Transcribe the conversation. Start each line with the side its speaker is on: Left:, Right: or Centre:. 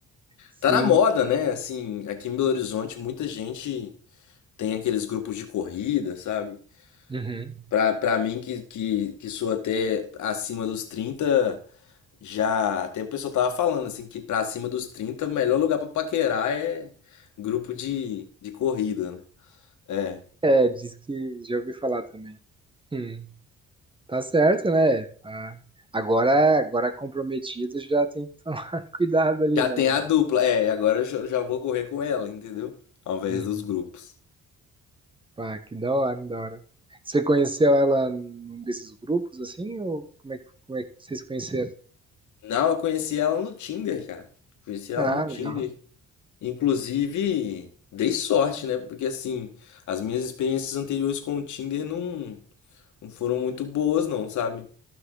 Right: Sim,
Left: Tá na moda, né? Assim, aqui em Belo Horizonte, muita gente tem aqueles grupos de corrida, sabe?
Right: uhum.
Left: Pra, pra mim, que, que, que sou até acima dos trinta já até o pessoal tava falando, assim, que pra acima dos 30 o melhor lugar pra paquerar é grupo de, de corrida, né? É.
Right: É, diz que já ouvi falar também. Hum, tá certo, né? Tá. Agora, agora comprometido já tem que tomar <laughs> cuidado ali,
Left: Já
Right: né?
Left: tem
Right: mano?
Left: a dupla, é, agora eu já já vou correr com ela, entendeu? Ao invés
Right: Uhum.
Left: dos grupos.
Right: Pá, que da hora, da hora. Você conheceu ela num desses grupos assim, ou como é que, como é que vocês conheceram?
Left: Não, eu conheci ela no Tinder, cara. Conheci ela
Right: Ah,
Left: no Tinder.
Right: legal.
Left: Inclusive, dei sorte, né? Porque assim, as minhas experiências anteriores com o Tinder não, não foram muito boas, não, sabe?